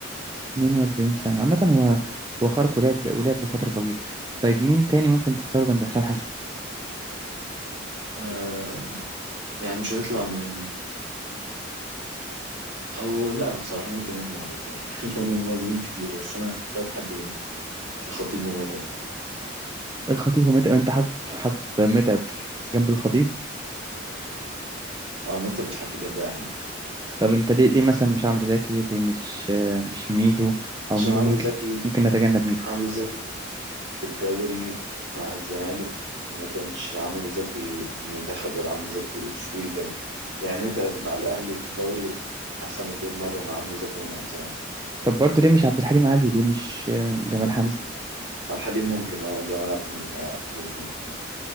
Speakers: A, on the right; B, on the right.
A: 42 سنة عامة هو هو خارق ولعب ولعب لفترة طويلة طيب مين تاني ممكن تختاره جنب حسام حسن
B: آه يعني مش هيطلع من او لا بصراحة ممكن يطلع عادي يعني <laughs> لان المهاجمين كتير بس انا اختار حد من الخطيب ومتعب
A: الخطيب ومتعب أنت حاطط حاطط متعب جنب الخطيب
B: اه متعب بتحط جنب اي حد
A: طب أنت ليه ليه مثلا مش عمرو زكي ليه مش آه، مش ميدو أو
B: عشان
A: ميدو
B: عمرو
A: ممكن
B: زكي
A: ممكن نتجنب ميدو
B: عمرو زكي في الدوري مع الزمالك ما كانش عمرو زكي في المنتخب ولا عمرو زكي في ويجن يعني متعب مع الاهلي في الدوري احسن مليون مرة مع عمرو زكي ومع الزمالك
A: طب برضه ليه مش عبد الحليم علي ليه مش آه، جمال حمزة
B: عبد الحليم ممكن اه وجمال عبد الحليم آه، عبد الحليم ممكن